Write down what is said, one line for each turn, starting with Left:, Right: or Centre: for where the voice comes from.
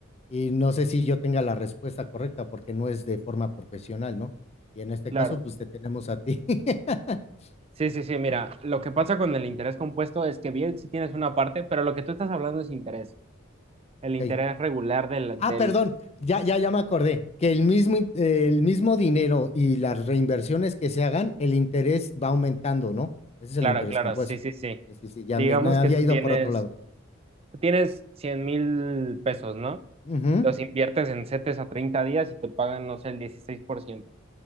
Left: y no sé si yo tenga la respuesta correcta porque no es de forma profesional, ¿no? Y en este
Right: Claro.
Left: caso, pues te tenemos a ti. <laughs>
Right: Sí, sí, sí. Mira, lo
Left: Ujú,
Right: que pasa con el interés compuesto es que, bien, sí tienes una parte, pero lo que tú estás hablando es interés. El
Left: Ok.
Right: interés regular del,
Left: Ah,
Right: del...
Left: perdón, ya, ya, ya me acordé que el mismo, in- eh, el mismo dinero y las reinversiones que se hagan, el interés va aumentando, ¿no? Ese es
Right: Claro,
Left: el interés
Right: claro.
Left: compuesto.
Right: Sí, sí, sí.
Left: Sí, sí, sí, ya
Right: Digamos
Left: me, me había
Right: que tú
Left: ido
Right: tienes.
Left: por otro lado.
Right: tienes cien mil pesos, ¿no?
Left: Ujú,
Right: Los inviertes en CETES a 30 días y te pagan, no sé, el 16%